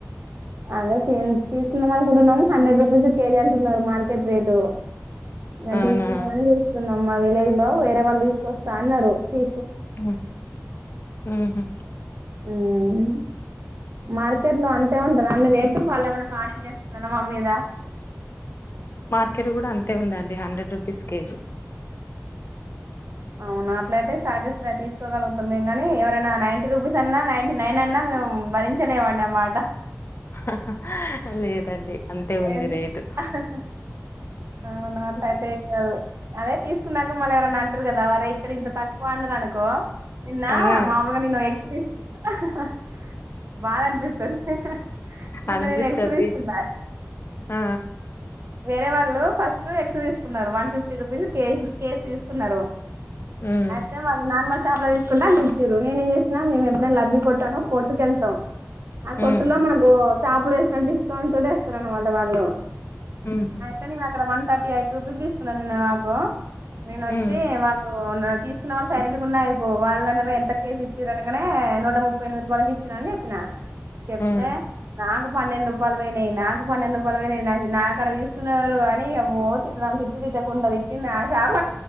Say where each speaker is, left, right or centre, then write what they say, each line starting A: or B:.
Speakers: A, on the right; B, on the left.
A: అదే తెల్ తీసుకు అనుకుంటున్నాం హండ్రెడ్ రూపీస్ కేజీ అంటున్నారు మార్కెట్ రేటు ఇగ
B: అవునా
A: తీసుకుందామని చూస్తున్నాం మా విలేజ్ లో వేర వాళ్ళు తీస్కొస్తా అన్నరు తీ
B: హు హుహు
A: హుమ్ మార్కెట్ లో అంతే ఉంట దండి రేటు వాళ్ళు ఏమనా కానిం చేస్తున్ననా మా మీద
B: మార్కెట్ కూడా అంతే ఉందండి హండ్రెడ్ రూపీస్ కేజీ
A: అవునా అట్లయితే సాటిస్ఫై తీసుకోగలుగుతాం మేము ని ఎవరైనా నై రూపీస్ అన్నా నై నైన్ అన్నా మేము భరించలేవండి ఆ మాట
B: హహహ లేదండి అంతే ఉంది
A: ఏమి
B: రేటు
A: హ హ హ అవునా అట్లయితేదు అదే తీసుకున్నాక మళ్ళీ ఎవరనా అంటారు కదా వరే ఇక్కడ ఇంత తక్కువ అన్నది అనుకో నిన్న
B: అదే
A: మామగా నన్నను ఎగ్స్ తీసు హహహ బాద అనిపిస్తంది హహ నిన్న
B: అనిపిస్తది
A: నేను ఎక్స్ తీసుకున్నా
B: ఆ
A: వేరే వాళ్ళు ఫస్ట్ ఎక్స్ తీసుకున్నారు వన్ ఫిఫ్టీ రూపీస్ కేజ కేజ తీసుకున్నారు
B: ఉమ్
A: అయితే మ నార్మల్ చపల తీసుకుంటా మీచ్చరు నేనే ఏం చేన మేము ఎప్పుడైనా లబ్బి కొట్టాో కొట్టుకుెళ్తాం ఆ కొట్టు
B: ఉమ్
A: లో మనకు చేపులు వేస్త డిస్కాౌంట్ తారు అనమాట వాళ్లో
B: ఉహు
A: ఆయితే నవ అక్కడ వం థర్టీఐట్ రూపీస్ తీస్ నిన్న నాకు నేను వచ్చి
B: ఉమ్
A: వాళ్ళు ఇ తీసుకున్న వాళ్ళు సైలెంట్ ఉన్నా ఇ వాళ్ళన ఎంత కేసు ఇచ్చారు అనగానే నూట ముప్పై ఎనిమిది రపాలకి ఇచ్చినా అని చెప్పినా చెప్తే
B: ఉమ్
A: నాకు పన్నెండు ర పల్మే ననా పన్న ఎందుకు పని నా అక్కడ తీసుకున్నారు అని తిట్ తిట్టకుండా తన్న చప